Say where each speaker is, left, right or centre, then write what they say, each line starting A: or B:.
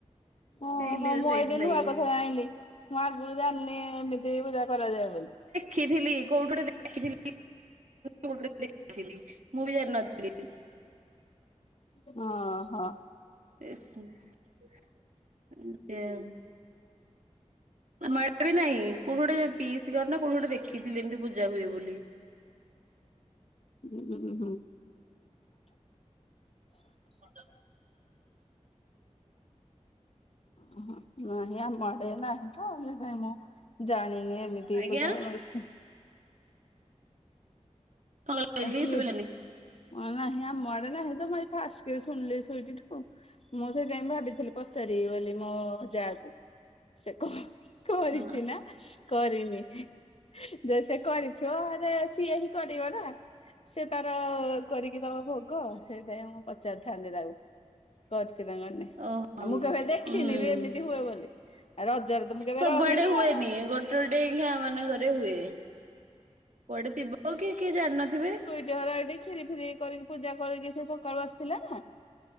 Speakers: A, on the left (about 55°); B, on the right (about 85°).
A: ଓ
B: ଏଇଲେ
A: ହ ମୁଁ
B: ସେଇଥିଲାଗି
A: ଏଇଟେ ନୂଆ କଥା ଜାଇଁଲି। ମୁଁ ଆଗରୁ ଜାଣିନି ଏମିତି ପୂଜା କରାଯାଏ ବୋଲି।
B: ଖୀଥିଲି କୋଉଠୁ <unintelligible> ମୁଁ ବି ଜାଣିିନଥିଲି।
A: ହଁ ହ।
B: <unintelligible> ଆମ ଆଡେବି ନାଇଁ କୋଉଠି ଗୋଟେ ପିସ୍ କର ନା କଉଠି ଗୋଟେ ଦେଖିଥିଲି ଏମିତି ପୂଜା ହୁଏ ବୋଲି।
A: ହୁଁ ହୁଁଁ ହୁଁ।
B: ହ
A: ଓ ନାହିଁ ଆମଡେ ନାହିଁ ତ <unintelligible> ମୁଁ ଜାଣିନି। ଏମିତି।
B: ଆଜ୍ଞା।
A: <unintelligible>
B: ଇଂଲିଶ
A: ଆ କିଏ,
B: ବୋଲେନି
A: ମ ନାହି ଆମ ମଡେ ନାହି ତ ମୁ ଏଇ ଫାଷ୍ଟ ଶୁଣିଲି ଶୁଇଟି ଠୁ। ମୁଁ ସେଇଥିଇଁ ଭାବିଥିଲି ପଚାରିବି ବୋଲି ମୋ ଯାକୁ, ସେ କହ କରିଛି
B: ହଁ
A: ନା କରିନି। ଯେ ସେ କରିଥିବ ହେଲେ ସିଏ ହିଁ କରିବ ନା। ସେ ତାର କରିକି ତବ ଭୋଗ ସେଇଥାଇଁ ମୁଁ ପଚାରିଥାନ୍ତି ତାକୁ। କରିଚି। <unintelligible>
B: ଓ
A: ଆଉ ମୁଁ କେଭେ ଦେଖିନି
B: ହୁଁ
A: ବି ଏମିତି ହୁଏ ବୋଲି, ଆଉ ରଜରେ ତ ମୁଁ କେବେ
B: ସବୁଆଡେ
A: ରହିନି
B: ହୁଏନି
A: ଆଉ।
B: <unintelligible> ମାନଙ୍କରେ ହୁଏ, ପଡିଥିବ କି କିଏ ଜାଣିନଥିବେ।
A: ଝର ଏଠି କ୍ଷୀରି ଫିରି କରିକି ପୂଜା କରିକି ସେ ସକାଳୁ ଆସିଥିଲା ନା।